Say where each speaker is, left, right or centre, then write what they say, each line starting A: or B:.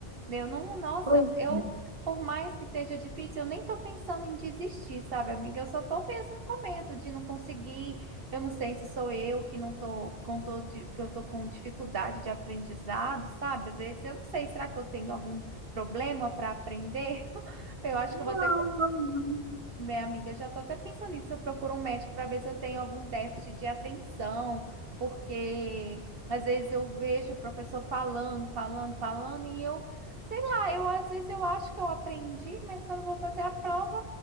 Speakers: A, on the right; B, on the right.
A: Eu não, nossa,
B: Pois
A: eu,
B: é.
A: eu, por mais que esteja difícil, eu nem tô pensando em desistir, sabe, amiga? Eu só tô mesmo com medo de não conseguir. Eu não sei se sou eu que não tô com tô de- que eu tô com dificuldade de aprendizado, sabe? Às vezes eu não sei, será que eu tenho algum problema para aprender? <laughs> Eu acho
B: Não,
A: que eu vou ter
B: não, não.
A: minha amiga, já estou até pensando nisso. Eu procuro um médico para ver se eu tenho algum déficit de atenção, porque às vezes eu vejo o professor falando, falando, falando, e eu, sei lá, eu às vezes eu acho que eu aprendi, mas quando eu vou fazer a prova,